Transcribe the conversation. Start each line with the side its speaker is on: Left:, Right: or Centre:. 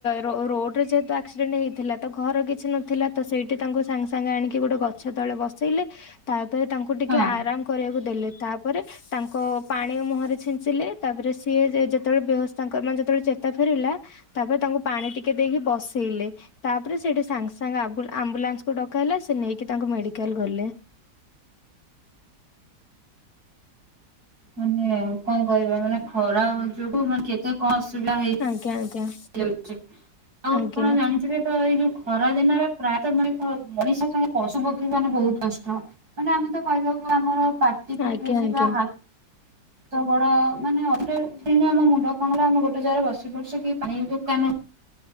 Left: ରୋ ରୋଡ୍ରେ ଯେହେତୁ ଆକ୍ସିଡେଣ୍ଟ ହେଇଥିଲା ତ ଘର କିଛି ନଥିଲା ତ ସେଇଠି ତାଙ୍କୁ ସାଙ୍ଗେ ସାଙ୍ଗେ ଆଣିକି ଗୋଟେ ଗଛ ତଳେ ବସେଇଲେ। ତାପ୍ରେ ତାଙ୍କୁ ଟିକେ
Right: ହଁ
Left: ଆରାମ୍ କରିବାକୁ ଦେଲେ ତାପରେ ତାଙ୍କ ପାଣି ମୁହଁରେ ଛିଞ୍ଚିଲେ ତାପରେ ସିଏ ଯେ ଯେତେବେଳେ ବେହସ ତାଙ୍କର ମାନ୍ ଯେତେବେଳେ ଚେତା ଫେରିଲା ତାପରେ ତାଙ୍କୁ ପାଣି ଟିକେ ଦେଇକି ବସେଇଲେ। ତାପ୍ରେ ସେଠି ସାଙ୍ଗେ ସାଙ୍ଗେ ଆବୁ ଆମ୍ବୁଲାନ୍ସକୁ ଡକା ହେଲା ସେ ନେଇକି ତାଙ୍କୁ ମେଡିକାଲ ଗଲେ।
Right: ମାନେ ଆଉ କଣ କହିବା ମାନେ ଖରା ଯୋଗୁ ମାନେ କେତେ କଣ ଅସୁବିଧା ହେଇ
Left: ଆଜ୍ଞା ଆଜ୍ଞା।
Right: ହେଇଯାଉଛି ଆଉ ଆପଣ
Left: ଆଜ୍ଞା
Right: ଜାଣିଥିବେ ତ ଏଇ ଯୋଉ ଖରା ଦିନରେ ପ୍ରାୟତଃ ମ ମଣିଷ ପଶୁ ପକ୍ଷୀ ମାନେ ବହୁତ୍ କଷ୍ଟ। ମାନେ ଆମେ ତ କହିବାକୁ ଆମର ପାଟି ଫିଟୁଛି
Left: ଆଜ୍ଞା ଆଜ୍ଞା
Right: ବା ହା ହାତ ଗୋଡ଼ ମାନେ ଗୋଟେ ଦିନ ଆମ ମୁଣ୍ଡ କଣ ହେଲା ଆମେ ଗୋଟେ ଜାଗାରେ ବସି ପଡୁଛେ କି ପାଣି ଦୋକାନ